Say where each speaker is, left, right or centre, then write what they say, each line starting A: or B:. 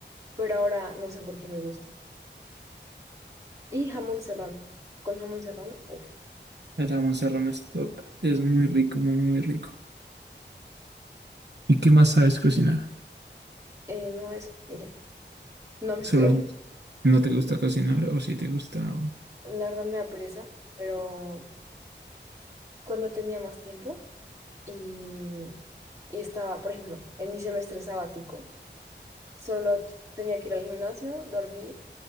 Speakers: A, on the right (about 15°); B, on the right (about 65°).
A: pero ahora no sé por qué me gusta. Y jamón serrano, con jamón serrano, uff,
B: El jamón serrano es top. Es muy rico, muy, muy rico. ¿Y qué más sabes cocinar?
A: eh, no eso, y ya. No, <laughs> mentira,
B: Solo. ¿No te gusta cocinar o sí te gusta? o-
A: la verdad me da pereza, pero cuando tenía más tiempo y, y estaba, por ejemplo, en mi semestre sabático, solo tenía que ir al gimnasio, dormir